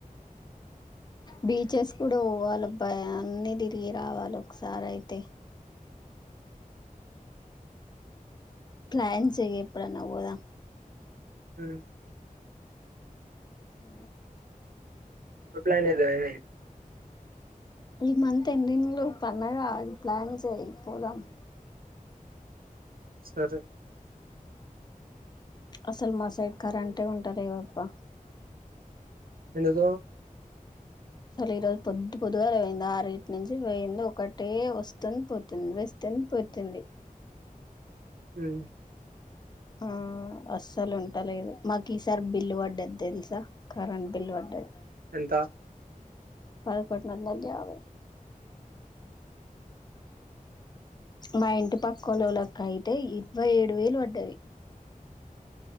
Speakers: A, on the left; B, on the right.
A: బీచెస్ కూడా పోవాలి అబ్బాయా అన్ని తిరిగి రావాలి ఒకసారి అయితే ప్లాన్ చేయి ఎప్పుడ అన్నా పోదాం మ్
B: మ్మ్
A: అ
B: ఇప్లాయిన్ ఇద అయిని
A: ఈ మంత్ ఎన్నింగ్లో పన్నాగా అది ప్లాన్ చేయి పోదాం మ్
B: సరే
A: అసల్ మా సైడ్ కరేంటే ఉంట లేద అబ్బా
B: ఎందుకో
A: సర్లే ఈ రోజు పొద్దు పొద్దుగా పోయింది ఆర్ ఇట్ నుంచి వేయింది ఒకటే వస్తు ఉంది పోతు ఉంది వేస్తే ఏన్ పోతుఉంది
B: మ్
A: ఆ అస్సలు ఉంట లేదు మాకు ఈసారి బిల్లు పడ్డది తెలుసా కరెంట్ బిల్ పడ్డది
B: ఎంతా
A: పల్కోట్ నా అందర్ది అవే మా ఇంటి పక్కలోల్లకయితే ఇరవై ఏడు వేలు పడ్డది